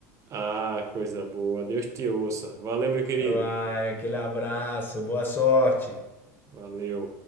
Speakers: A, on the right; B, on the left.
A: Ah, coisa boa. Deus te ouça. Valeu, meu querido.
B: Vai, aquele abraço, boa sorte.
A: Valeu.